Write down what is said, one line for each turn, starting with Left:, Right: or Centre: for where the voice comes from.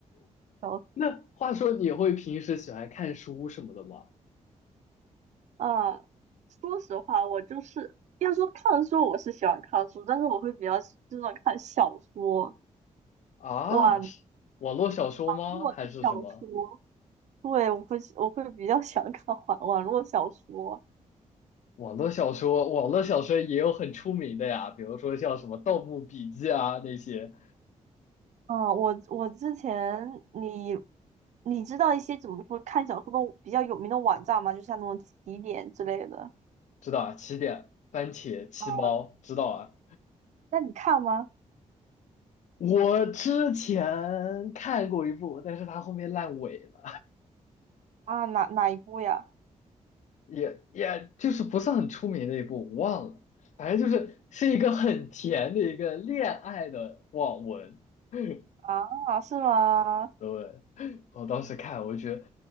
Right: 然后
Left: 那话说你会平时喜欢看书什么的吗？
Right: 呃，说实话，我就是要说看书，我是喜欢看书，但是我会比较喜就是那种看小说。
Left: 啊，
Right: 哇，嗯。
Left: 是网络小说吗？
Right: 络的小说，
Left: 还是什么？
Right: 对，我会我会比较想看网网络小说。
Left: 网络小说，网络小说也有很出名的呀，比如说像什么《盗墓笔记》啊那些，
Right: 嗯，我我之前你你知道一些怎么说看小说的比较有名的网站吗？就像那种起点之类的。
Left: 知道啊？起点、番茄、七猫，
Right: 啊，
Left: 知道啊？
Right: 那你看吗？
Left: 我之前看过一部，但是它后面烂尾了，
Right: 啊，哪哪一部呀？
Left: 也也就是不是很出名的一部，我忘了。反正就是是一个很甜的一个恋爱的网文，<laughs>
Right: 啊，是吗？
Left: 对，<laughs> 我当时看，我就觉得，